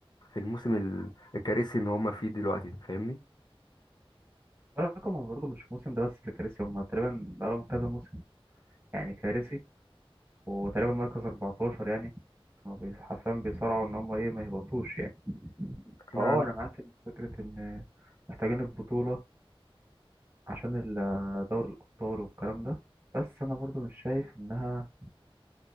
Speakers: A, on the left; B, on the right.
A: في الموسم ال- الكارثي إن هم فيه دلوقتي فاهمني
B: خلي بالك هما برضه مش الموسم ده بس اللي كارثي هما تقريبا بقالهم كذا موسم يعني كارثي وتقريبا مركز 14 يعني كانوا بي- حرفيا بيصارعوا إن هما إيه ما يهبطوش يعني
A: أنا
B: اه انا معاك ان فكره ان محتاجين البطوله عشان ال- دوري الابطال والكلام ده بس انا برضو مش شايف انها